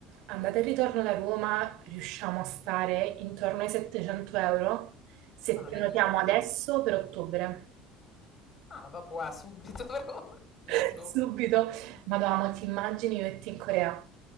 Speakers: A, on the right; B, on the left.
A: andata e ritorno da Roma, riusciamo a stare intorno ai 700 euro se
B: Ma non
A: prenotiamo
B: è niente
A: adesso
B: comunque.
A: per ottobre.
B: Ah, va, wow, subito <laughs> però, let's
A: <laughs>
B: go.
A: Subito. Madonna, ti immagini io e te in Corea?